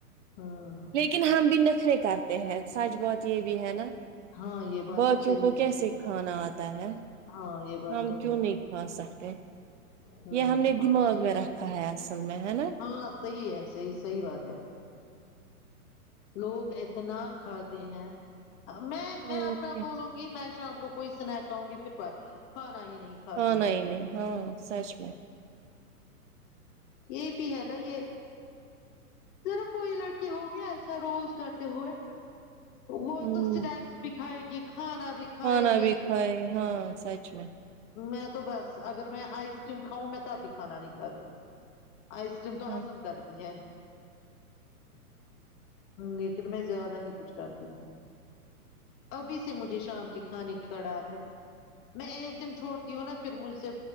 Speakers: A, on the left; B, on the right.
A: ہوں
B: لیکن ہم بھی نخرے کرتے ہیں سچ بات یہ بھی ہے نا
A: ہاں یہ بات
B: باقیوں
A: تو صحیح
B: کو
A: ہے
B: کیسے کھانا آتا ہے
A: ہاں یہ بات
B: ہم
A: تو
B: کیوں
A: ہے
B: نہیں کھا سکتے
A: ہاں
B: یہ ہم نے دماغ
A: نہیں
B: میں رکھا ہے اصل میں ہے نا
A: ہاں صحیح ہے صحیح صحیح بات ہے لوگ اتنا کھاتے ہیں میں
B: اوکے
A: میں اپنا بولوں گی میں شام کو کوئی سنیک کھاؤ گی پھر بار کھانا ہی نہیں کھاتی
B: کھانا
A: ہوں
B: ہی نہیں ہاں سچ میں
A: یہ پی ہے نا یہ تیرا کوئی لڑکی ہو گی ایکس پوز کرتے ہوئے وہ
B: ہوں
A: تو سنیکس بھی کھائے گی کھانا بھی کھائے
B: کھانا
A: گی
B: بھی کھائیں ہاں سچ میں
A: میں تو بس اگر میں آئس کریم کھاؤں میں تب بھی کھانا نہیں کھاتی آئس کریم تو
B: ہاں
A: ہزم کرتی ہے لیکن میں زیادہ ہی کچھ کرتی ہوں ابھی سے مجھے شام کے کھانے کی کڑاڑ ہے میں ایک دن چھوڑتی ہوں نا پھر مجھ سے